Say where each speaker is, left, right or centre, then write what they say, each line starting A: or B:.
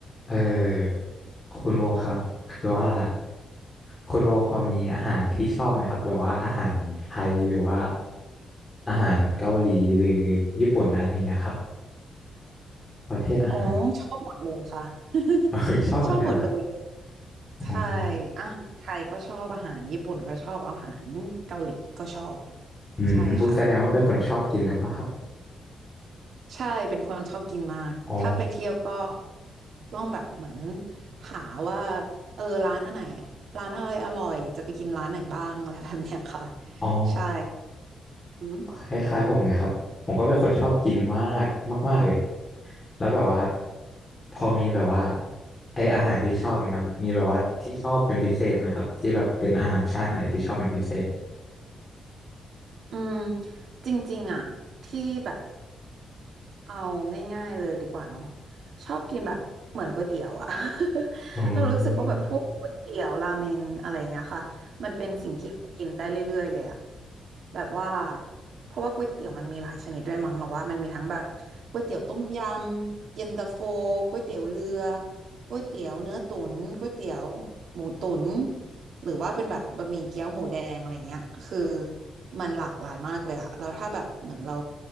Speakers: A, on the left (about 20°); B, on the right (about 60°).
A: เออคุณโวครับคือว่าคุณโวพอมีอาหารที่ชอบไหมครับแบบว่าอาหารไทยหรือว่าอาหารเกาหลีหรือญี่ปุ่นอะไรอย่างเงี้ยครับประเภทอาหาร
B: อ๋อชอบหมดเลยค่ะ <laughs>
A: เออชอบหมดเลยนะครับ
B: ชอบหมดเลย
A: อ๋อ
B: ใช่อาหารไทยก็ชอบอาหารญี่ปุ่นก็ชอบอาหารเกาหลีก็ชอบ
A: อืมอุยแสดงว่าเป็นคนชอบกินหรือเปล่าครับ
B: ใช่ค่ะใช่เป็นคนชอบกินมากถ้าไปเที่ยวก็
A: อ๋อ
B: ต้องแบบเหมือนหาว่าเออร้านอันไหนร้านอะไรอร่อยจะไปกินร้านไหนบ้างอะไรแบบเนี้ยค่ะ
A: อ๋อ
B: ใช่อืม
A: คล้ายๆผมเลยครับผมก็เป็นคนชอบกินมากมากๆเลย แล้วแบบว่าพอมีแบบว่าไออาหารที่ชอบเนี่ยครับมีแบบว่าที่ชอบเป็นพิเศษไหมครับที่แบบเป็นอาหารชาติไหนที่ชอบเป็นพิเศษ
B: อืมจริงๆอ่ะที่แบบ เอาง่ายๆเลยดีกว่าเนาะชอบกินแบบเหมือนก๋วยเตี๋ยวอะ <laughs>
A: อืม
B: เรารู้สึกว่าแบบพวกก๋วยเตี๋ยวราเมนอะไรเงี้ยค่ะมันเป็นสิ่งที่เรากินได้เรื่อยๆเลยอะแบบว่าเพราะว่าก๋วยเตี๋ยวมันมีหลายชนิดด้วยมั้งเราว่ามันมีทั้งแบบก๋วยเตี๋ยวต้มยำเย็นตาโฟก๋วยเตี๋ยวเรือก๋วยเตี๋ยวเนื้อตุ๋นก๋วยเตี๋ยวหมูตุ๋นหรือว่าเป็นแบบบะหมี่เกี๊ยวหมูแดงอะไรเงี้ยคือมันหลากหลายมากเลยอะเราถ้าแบบเหมือนเรา